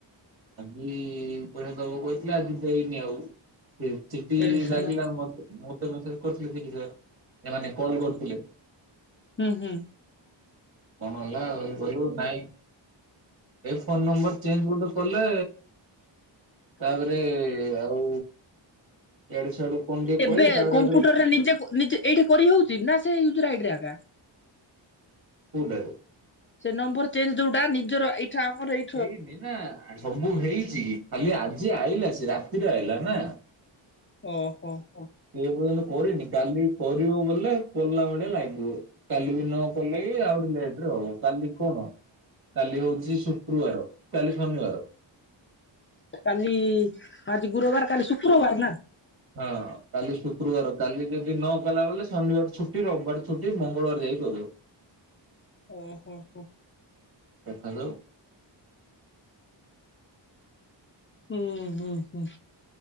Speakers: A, on the right (about 50°); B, on the left (about 30°).
A: ଆଜି ପଇସା ଦବ କହିଥିଲା ଆଜି ଦେଇନି ଆଉ ସେ ଚିଟି
B: ଏଠି ସାଲା
A: ଡାକିଲା ମତେ। ମତେ ମେସେଜ କରିଥିଲେ କି ଯେ ଏମାନେ କଲ କରିଥିଲେ।
B: ହୁଁ ହୁଁ।
A: କଣ ହେଲା କଲୁ ନାଇଁ ଏ ଫୋନ ନମ୍ବର ଚେଞ୍ଜ। କଲେ ତାପରେ ଆଉ ଇଆଡୁ ସିଆଡୁ। କଣ ଟିକେ
B: ଏବେ
A: କହିଲେ ତାପରେ
B: କମ୍ପ୍ୟୁଟରରେ
A: ଆଉଥରେ
B: ନିଜେ ନିଜେ ଏଇଠି କରି ହଉଛି ନା ସେ ୟୁଜର ଆଇଡିରେ ଏକା।
A: କୋଉଟା ରେ।
B: ସେ ନମ୍ବର ଚେଞ୍ଚ ଯୋଉଟା ନିଜର ଏଇଟି। <unintelligible>
A: ହେଇନି ନା ସବୁ ହେଇଛି କ ଖାଲି ଆଜି ଆଇଲା ସେ ରାତିରେ ଆଇଲା ନା।
B: ଓହୋ ହୋ।
A: ସେ ପର୍ଯ୍ୟନ୍ତ କରିନି କାଲି କରିବ ବୋଲେ କଲା ଭଳିଆ ଲାଗିଅ। କାଲି ବି ନ କଲେ ଆଉରି ଲେଟ ରେ ହବ କାଲି କଣ କାଲି ହଉଛି। ଶୁକ୍ରବାର କାଲି ଶନି ବାର।
B: କାଲି ଆଜି ଗୁରବାର କାଲି ଶୁକ୍ରବାର ନା।
A: ହଁ। କାଲି ଶୁକ୍ରବାର କାଲି ଯଦି ନ କଲା ବଲେ ଶନିବାର ଛୁଟି ରବିବାର ଛୁଟି ମଙ୍ଗଳବାର ଯାଇକି କରିବ।
B: ଓ ହୋ ହୋ।
A: ସଖାଳୁ।
B: ହୁଁ ହୁଁ ହୁଁ।